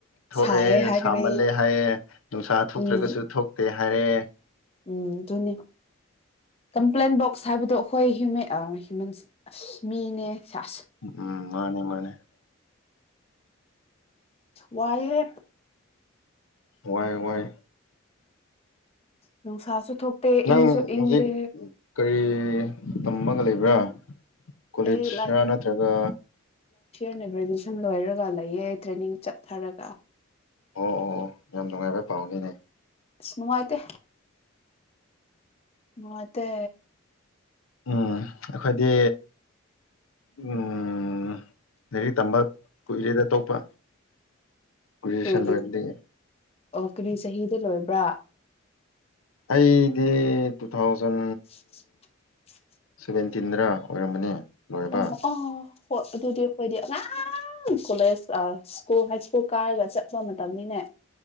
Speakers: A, on the left (about 80°); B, on the left (about 30°).
A: ꯊꯣꯛꯑꯦ
B: ꯁꯥꯏꯌꯦ ꯍꯥꯏꯒꯅꯤ
A: ꯁꯥꯃꯜꯂꯦ ꯍꯥꯏꯌꯦꯦ ꯅꯨꯡꯁꯥ ꯊꯣꯛꯇ꯭ꯔꯒꯁꯨ
B: ꯎꯝ
A: ꯊꯣꯛꯇꯦ ꯍꯥꯏꯔꯦ
B: ꯎꯝ ꯑꯗꯨꯅꯤ ꯀꯝꯄ꯭ꯂꯦꯟ ꯕꯣꯛꯁ ꯍꯥꯏꯕꯗꯣ ꯑꯩꯈꯣꯏꯨꯦꯟ ꯍ꯭ꯌꯨꯃꯦꯟ ꯑꯁ ꯃꯤꯅꯦ ꯁꯥꯁ
A: ꯎꯝ ꯃꯥꯅꯦ ꯃꯥꯅꯦ <inaudible>
B: ꯋꯥꯏ
A: ꯋꯥꯏ ꯋꯥꯏ
B: ꯅꯪ ꯁꯥꯁ ꯊꯨꯛꯇ
A: ꯅꯪ
B: ꯏꯪꯁꯨ ꯏꯪꯗꯦ
A: ꯍꯧꯖꯤꯛ ꯀꯔꯤ ꯇꯝꯃꯒ ꯂꯩꯕ꯭ꯔꯥ ꯀꯣꯂꯦꯖ
B: ꯑꯩ
A: ꯅꯠꯇ꯭ꯔꯒ
B: ꯑꯩꯅ ꯒ꯭ꯔꯦꯖꯨꯑꯦꯁꯟ ꯂꯣꯏꯔꯒ ꯂꯩꯌꯦ ꯇ꯭ꯔꯦꯅꯤꯡ ꯆꯠꯊꯔꯒ
A: ꯑꯣ ꯑꯣ ꯑꯣ ꯌꯥꯝ ꯅꯨꯡꯉꯥꯏꯕ ꯄꯥꯎꯅꯤꯅꯦ
B: ꯁꯅꯅꯨꯡꯥꯏꯇ ꯃꯥ ꯇ
A: ꯎꯝ ꯑꯩꯈꯣꯏꯗꯤ ꯎꯝ ꯂꯥꯏꯔꯤꯛ ꯇꯝꯕ ꯀꯨꯏꯔꯦꯗ ꯇꯣꯛꯄ ꯀꯖꯤꯁꯟꯗ
B: ꯀꯔꯤꯒꯤ
A: ꯏꯗꯤ
B: ꯑꯣ ꯀꯔꯤ ꯆꯍꯤꯗ ꯂꯣꯏꯕ꯭ꯔꯥ
A: ꯑꯩꯗꯤ ꯇꯨ ꯊꯥꯎꯖꯟ
B: <inaudible>
A: ꯁꯚꯦꯟꯇꯤꯟꯗ꯭ꯔ ꯑꯣꯏꯔꯝꯕꯅꯤ ꯂꯣꯏꯕ
B: ꯑꯣ ꯑꯣ ꯍ ꯑꯗꯨꯗꯤ ꯈꯣꯏꯗ ꯑ ꯀꯣꯂꯦꯖ ꯁ꯭ꯀꯨꯜ ꯍꯥꯏ ꯁ꯭ꯀꯨꯜ ꯀꯥꯔꯒ ꯆꯠꯄ ꯃꯇꯝꯅꯤꯅꯦ